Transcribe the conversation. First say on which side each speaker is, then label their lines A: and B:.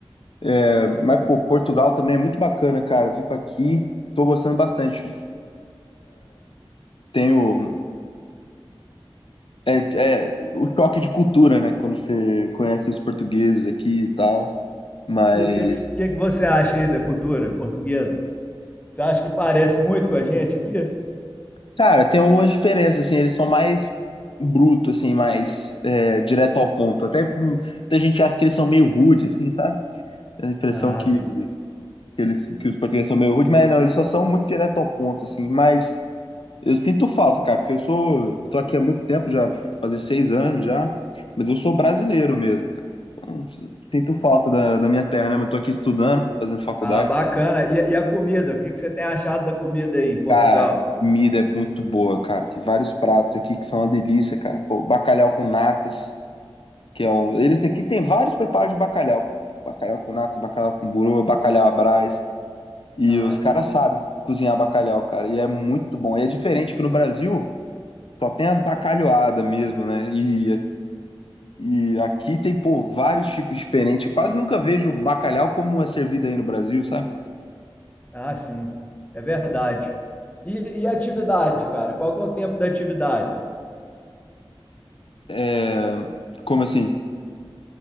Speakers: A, on the left; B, on the left.
A: É, mas, pô, Portugal também é muito bacana, cara. Vim pra aqui, tô gostando bastante. Tenho. É, é o choque de cultura, né? Quando você conhece os portugueses aqui e tal. Mas
B: E o que, que, que que você acha aí da cultura portuguesa? Você acha que parece muito com a gente aqui?
A: Cara, tem algumas diferenças, assim, eles são mais bruto, assim, mais é, direto ao ponto. Até hum, muita gente acha que eles são meio rude, assim, sabe? A impressão
B: Ah,
A: que,
B: sim.
A: que eles, que os portugueses são meio rude, mas não, eles só são muito direto ao ponto, assim. Mas eu sinto falta, cara, porque eu sou, tô aqui há muito tempo, já fazer seis anos já, mas eu sou brasileiro mesmo, cara. Então, sinto falta da, da minha terra, né? Eu tô aqui estudando, fazendo faculdade.
B: Ah, bacana. E, e a comida? O que, que você tem achado da comida aí em Portugal?
A: Cara, a comida é muito boa, cara. Tem vários pratos aqui que são uma delícia, cara. Pô, bacalhau com natas, que é um. Eles têm aqui tem vários preparos de bacalhau, cara. Bacalhau com natas, bacalhau com burô, bacalhau à Brás. E
B: Ah,
A: os
B: sim.
A: caras sabem cozinhar bacalhau, cara. E é muito bom. E é diferente que no Brasil só tem as bacalhoadas mesmo, né? E, e aqui tem, pô, vários tipos diferentes. Eu quase nunca vejo bacalhau como é servido aí no Brasil, sabe?
B: Ah, sim. É verdade. E, e atividade, cara? Qual que é o tempo da atividade?
A: É... Como assim?